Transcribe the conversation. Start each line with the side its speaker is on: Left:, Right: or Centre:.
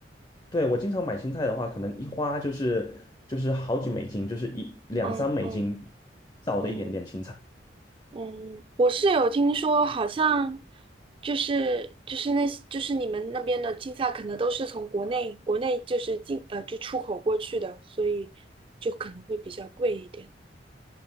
Left: 对，我经常买青菜的话，可能一花就是就是好几美金，就是一两三美金，
Right: 嗯嗯。
Left: 少的一点点青菜。
Right: 嗯嗯，我是有听说，好像就是就是那些就是你们那边的青菜，可能都是从国内国内就是进呃就出口过去的，所以就可能会比较贵一点。